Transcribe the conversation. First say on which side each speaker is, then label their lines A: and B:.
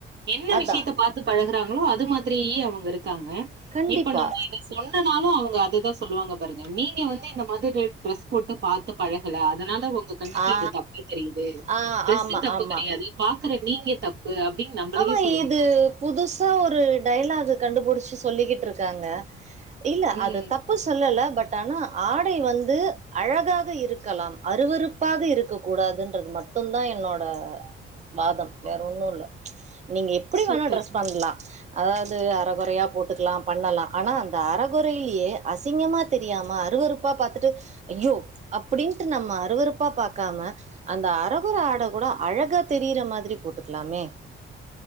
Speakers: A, on the right (about 55°); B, on the right (about 35°).
A: என்ன
B: அதான்.
A: விஷயத்த பார்த்து பழகுறாங்களோ அது மாதிரியே அவங்க இருக்காங்க
B: கண்டிப்பா
A: இப்ப நம்ம இத சொன்னனாலும் அவுங்க அதுதான் சொல்லுவாங்க பாருங்க நீங்க வந்து இந்த மது டேட் ட்ரெஸ் போட்டு பார்த்து பழகல அத அதனால உங்க கண்ணுக்கு
B: ஆ
A: இது தப்பா தெரியுது
B: ஆ
A: ட்ரெஸ்சு
B: ஆமா
A: தப்பு
B: ஆமா
A: கிடையாது பாக்குற நீங்க தப்பு அப்டின்னு நம்மளயே
B: ஆமா
A: சொல்லுவாங்க
B: இது புதுசா ஒரு டையலாக் கண்டுபிடிச்சு சொல்லிக்கிட்ருக்காங்க இல்ல
A: ம்
B: அது தப்பு சொல்லல பட் ஆனா ஆடை வந்து அழகாக இருக்கலா அருவறுப்பாக இருக்க கூடாதுன்றது மட்டுந்தா என்னோட வாதம் வேற ஒன்னு இல்ல நீங்க எப்டி
A: சூப்பர்
B: வேணா ட்ரெஸ் பண்லா அதாது அறகொறையா போட்டுக்லா பண்ணலா ஆனா அந்த அறகொறைலியே அசிங்கமா தெரியாம அருவறுப்பா பாத்துட்டு ஐயோ அப்டின்ட்டு நம்ம அருவறுப்பா பாக்காம அந்த அறகொறை ஆடை கூட அழகா தெரியிற மாதுரி போட்டுக்லாமே